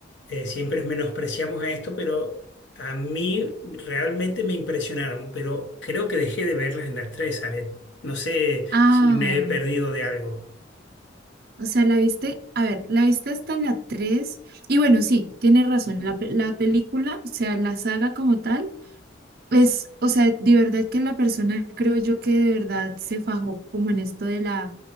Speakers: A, on the left; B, on the right.
A: eh, siempre menospreciamos a esto, pero... A mí realmente me impresionaron, pero creo que dejé de verlas en las tres, Aret. No sé
B: Ah.
A: si me he perdido de algo.
B: O sea, la viste, a ver, la viste hasta la 3. Y bueno, sí, tienes razón, la, pe- la película, o sea, la saga como tal, es, o sea, de verdad que la persona creo yo que de verdad se fajó como en esto de la,